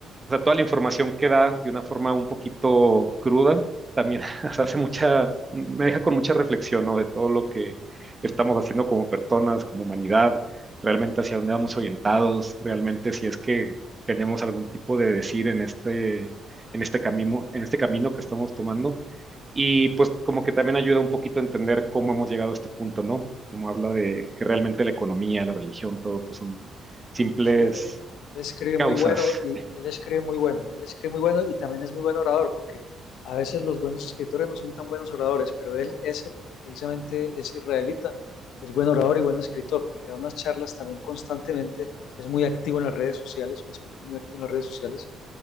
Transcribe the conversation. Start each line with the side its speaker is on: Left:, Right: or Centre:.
Right: o sea, toda la información que da de una forma un poquito cruda, también <laughs> o sea, hace mucha, me deja con mucha reflexión, ¿no? De todo lo que estamos haciendo como personas, como humanidad, realmente hacia dónde vamos orientados, realmente si es que tenemos algún tipo de decir en este, en este camino, en este camino que estamos tomando. Y pues como que también ayuda un poquito a entender cómo hemos llegado a este punto, ¿no? Como habla de que realmente la economía, la religión, todo pues son simples
Left: Sí, él, él escribe
Right: causas.
Left: muy bueno y él escribe muy bueno, él escribe muy bueno y también es muy buen orador, porque a veces los buenos escritores no son tan buenos oradores, pero él, ese, precisamente ese israelita, es buen orador y buen escritor, porque da unas charlas también constantemente, es muy activo en las redes sociales, un escritor muy activo en las redes sociales,